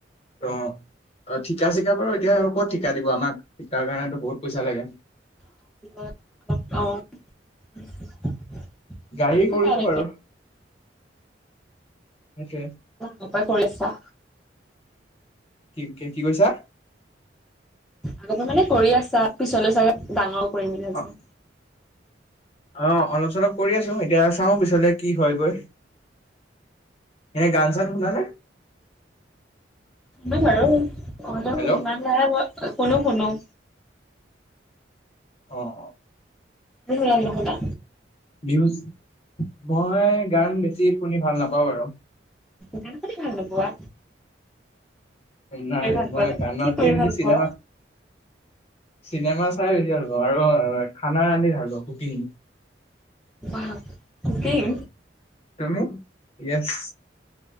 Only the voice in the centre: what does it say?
<unintelligible> <unintelligible>
মানে
ঘৰপাই কৰি আছা?
আগতে মানে কৰি আছা পিছলৈ চাগে ডাঙৰ কৰিম বুলি ভাবিছা?
শুনো বাৰু হলেও
ইমান নাই মই, শুনো শুনো।
তুমি শুনা নে নুশুনা?
গান শুনি ভাল নোপোৱা?
কৰি ভাল
পোৱা
কি কৰি
ভাল
পোৱা
wow! কুকিং?